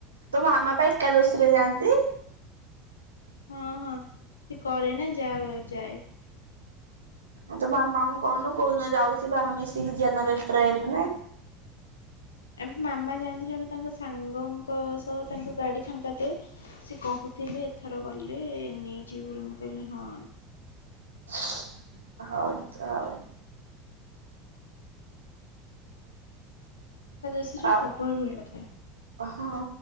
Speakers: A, on the right; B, on the left.
A: ତୋ ମାମାପା ଏକାଦଶୀରେ ଯାଆନ୍ତି?
B: ହଁ ହଁ ସେ କର ନା ଯା ଯାଏ
A: ଆଉ ତ ମାମାଙ୍କୁ କହୁନୁ କୌଦିନଯାଉଥିବେ ଆମେ ମିଶିକି ଯିବା ଟ୍ରେନରେ
B: ଆ ମାମା ଯାଆନ୍ତି ଜଣେ ତାଙ୍କ ସାଙ୍ଗଙ୍କ ସହ ତାଙ୍କ ଗାଡି ଫାଙ୍କା ଏ ସେ କହୁଥିଲେ ଏଥର ଗଲେ ନେଇଯିବି ବୋଲି ମୁଁ କହିଲି ହଁ
A: <inaudible> ହଉ ହଉ।
B: ତା ଦେଶରେ
A: ଆ
B: ପ୍ରବଳ ଭିଡ଼ ଥାଏ
A: ହଁ।